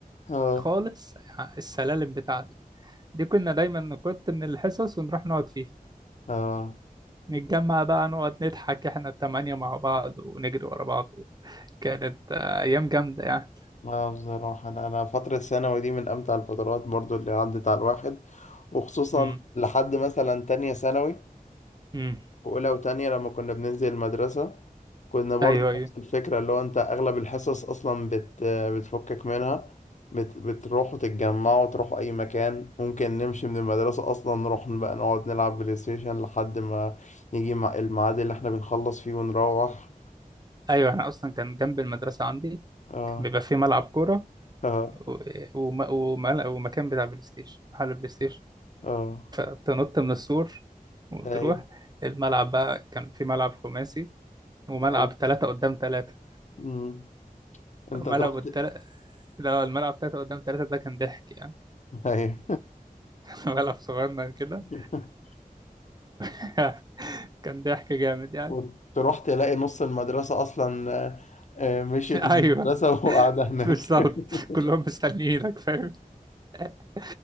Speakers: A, on the left; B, on the right.
A: <laughs> اه
B: خالص السلالم بتاعته دي كنا دايما نكت من الحصص ونروح نقعد فيها
A: اه
B: نتجمع بقى نقعد نضحك احنا التمانية مع بعض ونجري ورا بعض كانت آه، أيام جامدة يعني
A: لا بصراحة أنا أنا فترة الثانوي دي من أمتع الفترات برضو اللي عدت على الواحد وخصوصا
B: امم
A: لحد مثلا تانية ثانوي
B: امم
A: وأولى وتانية لما كنا بننزل المدرسة كنا برضو
B: أيوه أيوه
A: نفس الفكرة اللي هو أنت أغلب الحصص أصلا بت بتفكك منها بت بتروحوا تتجمعوا تروحوا أي مكان ممكن نمشي من المدرسة أصلا نروح بقى نقعد نلعب بلاي ستيشن لحد ما يجي مع- الميعاد اللي احنا بنخلص فيه ونروح
B: أيوه أنا أصلا كان جنب المدرسة عندي
A: آه
B: كان بيبقى فيه ملعب كورة
A: آه
B: و... وم... وم... ومكان بتاع بلاي ستيشن محل بلاي ستيشن
A: آه
B: فتنط من السور وتروح
A: أيوه
B: الملعب بقى كان فيه ملعب خماسي وملعب
A: أيوه
B: تلاتة قدام تلاتة
A: أمم. انت
B: ملعب
A: تروح
B: التل... لا الملعب تلاتة قدام تلاتة ده كان ضحك يعني
A: ايوه
B: <laughs> ملعب صغنن كده
A: <laughs>
B: <laughs> كان ضحك جامد يعني
A: وتروح تلاقي نص المدرسة أصلا آه، آه، مشيت
B: <laughs> ايوه
A: من المدرسة وقاعدة هناك
B: بالظبط
A: <laughs>
B: كلهم مستنيينك فاهم <laughs>